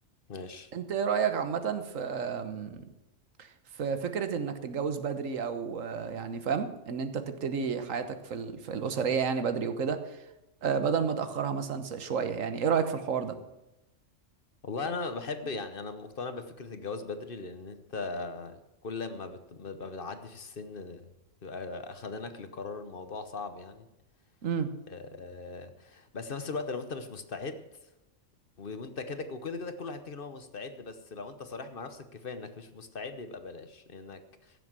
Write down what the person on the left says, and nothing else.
ماشي
والله انا بحب يعني انا مقتنع بفكره الجواز بدري لان انت كل ما بت- ما بتبقى بتعدي في السن تبقى اخدانك لقرار الموضوع صعب يعني
آه، بس في نفس الوقت لو انت مش مستعد وانت كده وكده كده كل واحد يفتكر ان هو مستعد بس لو انت صريح مع نفسك كفايه انك مش مستعد يبقى بلاش انك